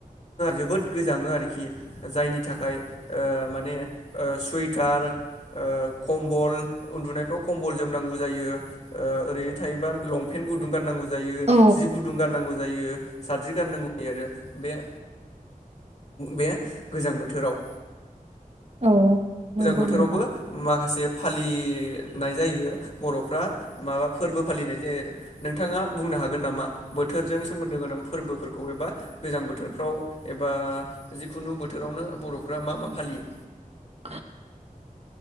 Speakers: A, on the left; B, on the right.
A: जोबोद गोजाङो आरोखि जायनि थाखाय ओ माने ओ सुवइटार ओ कम्बल उन्दुनायफ्राव कम्बल जोमनांगौ जायो ओ ओरैनो थायोबा लंपेन्ट गुदुं गाननांगौ जायो
B: औ
A: जि गुदुं गाननांगौ जायो साद्रि गाननांगौ जायो आरो बे बे गोजां बोथोराव
B: औ नंगौ
A: गोजां बोथोरावबो
B: नोंथां
A: माखासे फालि नाय जायो बर'फ्रा माबा फोरबो फालिनाय जायो आरो नोंथाङा बुंनो हागोन नामा? बोथोरजों सोमोन्दो गोनां फोरबोफोरखौ एबा गोजां बोथोरफ्राव एबा जिखुनु बोथोरावनो बर'फ्रा मा मा फालियो।
B: <inaudible>